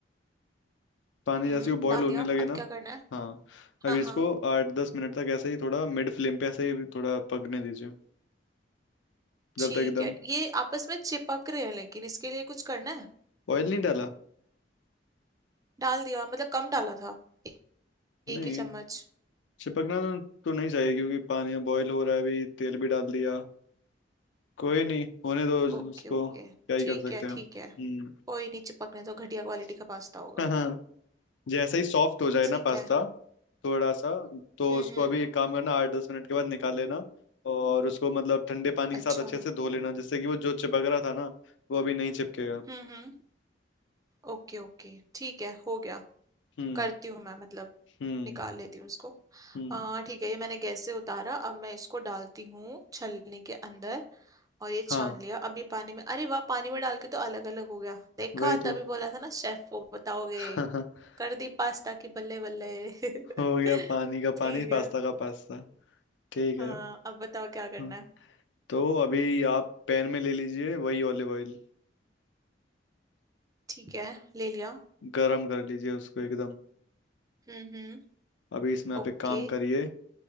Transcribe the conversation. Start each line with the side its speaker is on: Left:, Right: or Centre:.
Left: पानी
Right: हम्म
Left: जैसे ही वो बॉयल
Right: डाल
Left: होने
Right: दिया
Left: लगे
Right: अब
Left: ना
Right: क्या करना है
Left: हाँ अब
Right: हाँ
Left: इसको
Right: हाँ
Left: आठ दस मिनट तक ऐसे ही थोड़ा मिड फ्लेम पे ऐसे ही थोड़ा पकने दीजिए जब
Right: ठीक
Left: तक एकदम
Right: है ये आपस में चिपक रहे हैं लेकिन इसके लिए कुछ करना है
Left: ऑयल नहीं डाला
Right: डाल दिया मतलब कम डाला था ए-
Left: नहीं
Right: एक ही चम्मच
Left: चिपकना तो तो नहीं चाहिए क्योंकि पानी बॉयल हो रहा है अभी तेल भी डाल दिया कोई नहीं होने दो
Right: ओके
Left: उसको
Right: ओके
Left: क्या ही
Right: ठीक
Left: कर सकते
Right: है
Left: हैं
Right: ठीक
Left: हम्म
Right: है कोई नहीं चिपकने तो घटिया
Left: <laughs>
Right: क्वालिटी का पास्ता होगा
Left: हाँ हाँ जैसे ही सॉफ्ट हो जाए
Right: ठीक
Left: ना पास्ता
Right: है
Left: थोड़ा सा तो
Right: हम्म
Left: उसको
Right: हम्म
Left: अभी एक काम करना आठ दस मिनट के बाद निकाल लेना और उसको मतलब ठंडे पानी
Right: अच्छा
Left: के साथ अच्छे
Right: हम्म
Left: से धो लेना जिससे कि वो जो चिपक रहा था ना वो अभी नहीं चिपकेगा
Right: हम्म ओके ओके ठीक है हो गया
Left: हम्म
Right: करती हूँ मैं मतलब
Left: हम्म
Right: निकाल लेती हूँ इसको
Left: हम्म
Right: आ ठीक है ये मैंने गैस से उतारा अब मैं इसको डालती हूँ छलनी के अंदर और ये छान
Left: हाँ
Right: लिया अब ये पानी में अरे वाह पानी में डाल के तो अलग अलग हो गया देखा
Left: वही तो
Right: तभी बोला था ना शेफ वो बताओगे
Left: <laughs>
Right: कर दी पास्ता की बल्ले बल्ले <laughs>
Left: हो गया पानी का
Right: ठीक
Left: पानी
Right: है
Left: पास्ता का पास्ता ठीक है
Right: हाँ अब बताओ क्या करना
Left: हाँ।
Right: है
Left: तो अभी आप पैन में ले लीजिए वही ऑलिव ऑयल
Right: ठीक है ले लिया
Left: गरम कर लीजिए उसको एकदम
Right: हम्म हम्म
Left: अभी इसमें आप
Right: ओके
Left: एक काम करिए